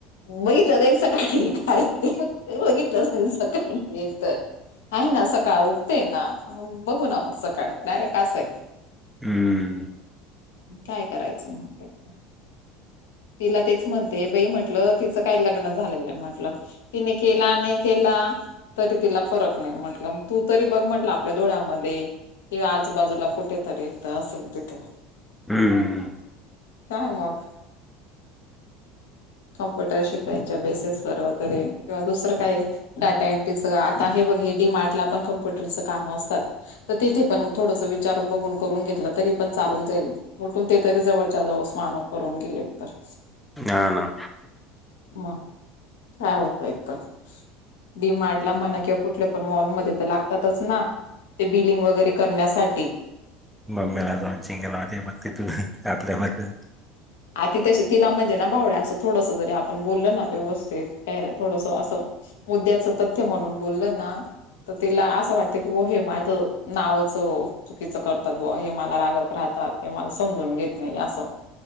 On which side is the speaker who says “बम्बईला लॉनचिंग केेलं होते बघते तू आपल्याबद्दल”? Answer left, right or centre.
Centre